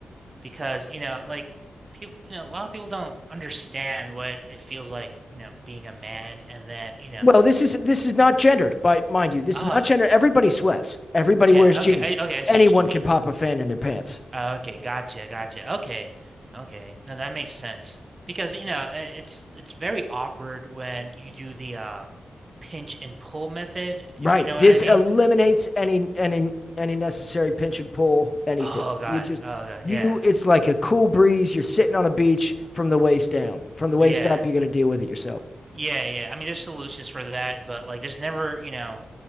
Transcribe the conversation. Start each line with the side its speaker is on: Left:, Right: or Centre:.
Right: because, you know, like people, you know, a lot of people don't understand what it feels like, you know, being a man and then, you know,
Left: Well, this is this is not gendered, but mind you, this
Right: uh
Left: is not gendered. Everybody sweats. Everybody
Right: yeah,
Left: wears jeans.
Right: okay, I okay, I see
Left: Anyone
Right: what you mean.
Left: can pop a fan in their pants.
Right: Uh, okay, gotcha, gotcha. Okay. Okay. No, that makes sense. Because, you know, i- it's it's very awkward when you do the um pinch and pull method,
Left: Right.
Right: if you know
Left: This
Right: what I mean.
Left: eliminates any any any necessary pinch and pull, anything.
Right: Oh God.
Left: You just
Right: Oh God.
Left: you
Right: Yeah.
Left: it's like a cool breeze. You're sitting on a beach from the waist down. From the waist
Right: Yeah.
Left: up, you gotta deal with it yourself.
Right: Yeah, yeah. I mean, there's solutions for that, but like there's never, you know,